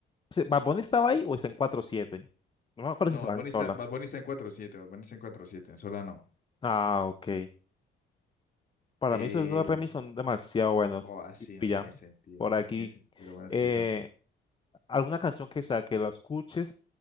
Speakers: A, on the left (about 25°); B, on the left (about 45°).
A: sí, ¿Bad Bunny estaba ahí o está en cuatro siete No me acuerdo
B: No,
A: si estaba
B: Bad Bunny
A: en Sola.
B: está, Bad Bunny está en cuatro siete. Bad Bunny está en cuatro siete. en Sola no.
A: Ah, ok. Para
B: Eh,
A: mí esos dos remix son demasiado buenos.
B: oh, así
A: Y
B: no
A: y ya.
B: tiene sentido,
A: Por
B: no
A: aquí.
B: tiene sentido lo buenos
A: eh,
B: que son.
A: alguna canción que, o sea, que la escuches